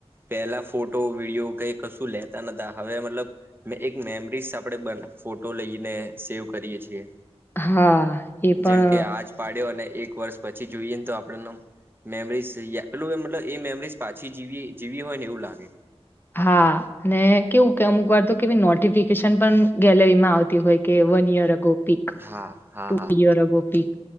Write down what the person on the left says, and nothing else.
હા, એ પણ
હા, અને કેવું કે અમુક વાર તો કેવી નોટિફિકેશન પણ ગેલેરીમાં આવતી હોય કે, વન ઇયર અગો પીક
ટુ
ઇયર અગોપીક